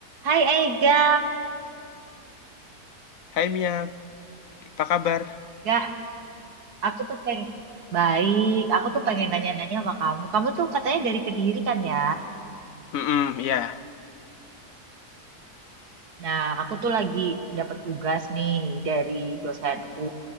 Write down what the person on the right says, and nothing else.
Hai Ega,
Gak, aku tuh pengen baik. Aku tuh pengen nanya-nanya sama kamu. Kamu tuh katanya dari Kediri kan ya?
Nah, aku tuh lagi dapat tugas nih dari dosenku.